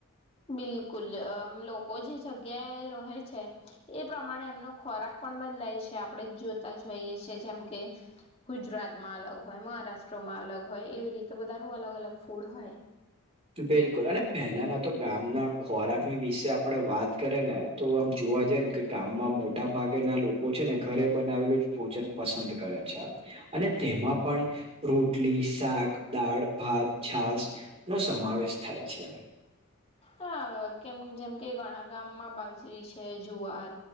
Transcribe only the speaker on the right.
બિલકુલ અને પહેલાના તો ગામના ખોરાકની વિશે આપડે વાત કરીએ ને તો જોવા જાય ને કે ગામમાં મોટા ભાગે ના લોકો છે ઘરે બનાવેલું જ ભોજન પસંદ કરે છે. અને તેમાં પણ રોટલી, શાક, દાળ-ભાત, છાસ નો સમાવેશ થાય છે.